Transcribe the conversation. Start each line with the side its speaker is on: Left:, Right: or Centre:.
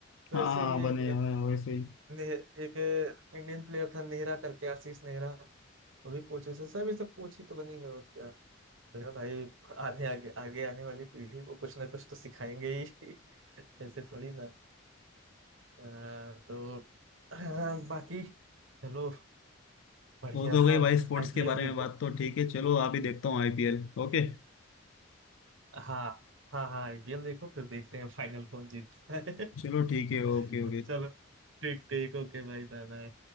Right: वैसे
Left: हाँ हाँ
Right: ही
Left: हाँ, बने हाँ, वैसे ही
Right: नेह- एक इंडियन प्लेयर था नेहरा करके आशीष नेहरा वो भी कोचेस है सब ये सब कोच ही तो बनेंगे और क्या बोला भाई आने आगे आगे आने वाली पीढ़ी को कुछ ना कुछ तो सिखाएंगे ही <laughs> ऐसे थोड़ी ना अ, तो <clears throat> बाकी चलो बढ़िया
Left: वो तो
Right: रहा
Left: गई भाई स्पोर्ट्स
Right: आईपीएल
Left: के बारे
Right: देखो
Left: में बात तो ठीक है चलो अभी देखता हूँ आईपीएल ओके
Right: हाँ हाँ हाँ आईपीएल देखो फिर देखते हैं फाइनल कौन जीतता है
Left: चलो ठीक है ओके
Right: <laughs>
Left: ओके
Right: चलो ठीक ठीक ओके भाई बाय बाय